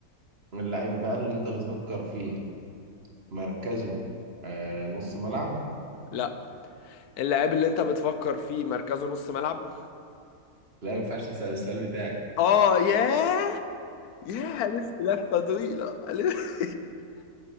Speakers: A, on the right; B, on the left.
A: اللعيب بقى اللي انت بتفكر فيه مركزه آه، نص ملعب
B: لا اللاعب اللي انت بتفكر فيه مركزه نص ملعب
A: لا ما ينفعش تسأل السؤال بتاعي
B: اه ياه ياه الف لفه طويله ألف.